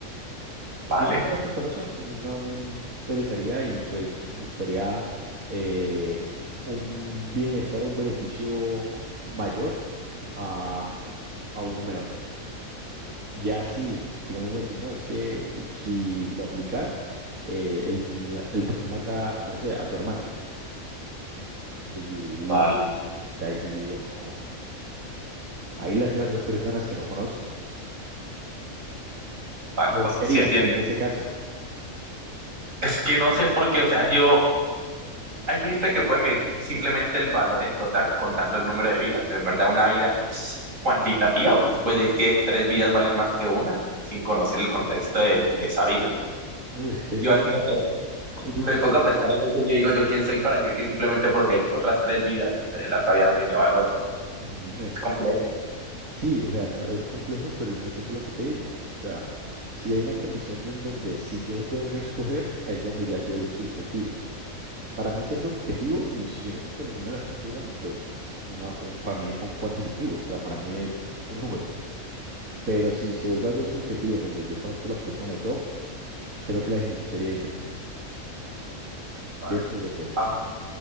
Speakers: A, on the right; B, on the right.
A: vale,
B: Si es un lugar que conozco, no me interesaría y pues buscaría eh, un bienestar o un beneficio mayor a, a uno menor. Ya si, digamos, decir, no, es que l- si lo aplicas, eh, el, la- el tren mata a, no sé, a tu hermana. Entonces yo, uh,
A: vale,
B: ahí sí yo digo, no, ahí las esas dos personas que no conozco.
A: vale.
B: ¿Cómo buscarías
A: Pues sí entiendo.
B: en ese caso?
A: Es que no sé por qué, o sea, yo, hay gente que puede medir simplemente el valor en total contando el número de vidas, pero en verdad una vida es cuantitativa. O tú puedes decir que tres vidas valen más que una sin conocer el contexto de, de esa vida.
B: Uh, es que es
A: Yo
B: difícil,
A: no sé.
B: es
A: Me
B: difícil.
A: pongo a pensar en eso y yo digo, ¿yo quién soy para decir que simplemente porque hay otras tres vidas, eh, la talla no tiene valor?
B: Ujú,
A: Es complejo,
B: Sí, o sea, no, es complejo, pero al mismo tiempo lo que te digo, o sea, si hay una condición de en donde si yo tengo que escoger, ahí es donde ya se vuelve subjetivo. Para mí siendo objetivo, y si yo no conozco ninguna de las tres personas, pues una, un- para mí son cuantitativos, o sea, para mí es un número. Pero si se vuelve algo subjetivo en donde yo conozco a las personas y todo, creo que la decisión sería diferente.
A: ¿vale?
B: Pienso yo, pues.
A: Ahora,